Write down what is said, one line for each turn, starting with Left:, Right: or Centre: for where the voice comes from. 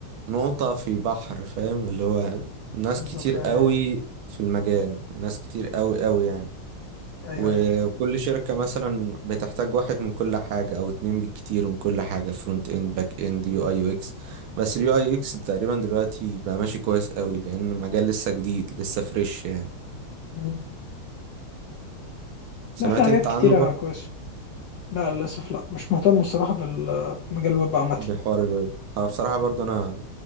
Right: نقطة في بحر فاهم اللي هو ناس
Left: بالظبط
Right: كتير
Left: آه.
Right: قوي في المجال ناس كتير قوي قوي يعني
Left: ايوه
Right: وكل
Left: ايوه
Right: شركة مثلا بتحتاج واحد من كل حاجة أو اتنين بالكتير من كل حاجة فرونت اند باك اند يو اي يو اكس بس اليو اي يو اكس تقريبا دلوقتي بقى ماشي كويس قوي لأن مجال لسه جديد لسه فريش يعني
Left: مم.
Right: سمعت
Left: لا في حاجات
Right: انت
Left: كتيره
Right: عنه برضه
Left: كويسه لا للاسف لا مش مهتم الصراحه بال- بمجال الويب عامه
Right: بحوار الويب اه بصراحة برضه أنا